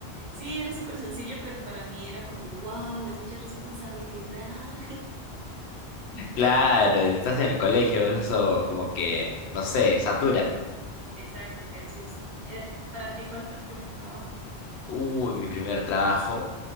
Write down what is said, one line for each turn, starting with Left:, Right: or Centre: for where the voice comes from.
Right: Sí, era súper sencillo, pero para mí era como, wow, es mucha responsabilidad.
Left: Claro, estás
Right: <laughs>
Left: en el colegio, eso como que, no sé, satura.
Right: Exacto, te asusta. Eh, para ti, ¿cuál fue el primer trabajo?
Left: Uy, mi primer trabajo.